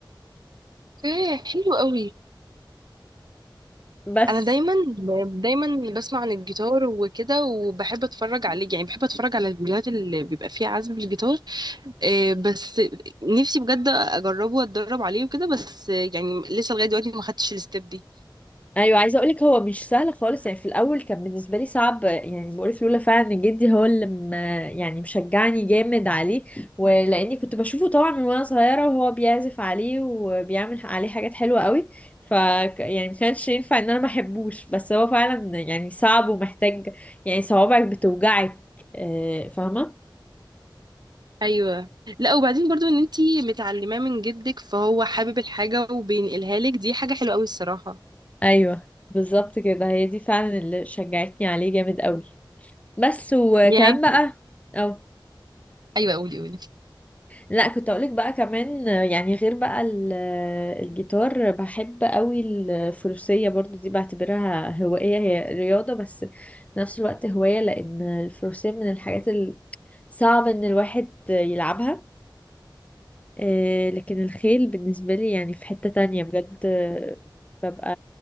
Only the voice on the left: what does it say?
<laughs> بس
ايوه عايزه اقولك هو مش سهل خالص يعني في الاول كان بالنسبه لي صعب يعني بقولك لولا فعلا ان جدي هو اللي م- يعني مشجعني جامد عليه ولاني كنت بشوفه طبعا من وانا صغيره وهو بيعزف عليه وبيعمل عليه حاجات حلوه قوي ف يعني ما كانش ينفع ان انا ما احبوش بس هو فعلا يعني صعب ومحتاج يعني صوابعك بتوجعك آه، فاهمه
ايوه بالظبط كده هي دي فعلا اللي شجعتني عليه جامد قوي بس وكمان
بقى اه
لا كنت اقولك بقى كمان آه، يعني غير بقى ال- آه، الجيتار بحب قوي الفروسية برضو دي بعتبرها هواية هي رياضة بس في نفس الوقت هواية لان الفروسية من الحاجات ال- صعب ان الواحد يلعبها آه، لكن الخيل بالنسبة لي يعني في حتة تانية بجد آه، ببقى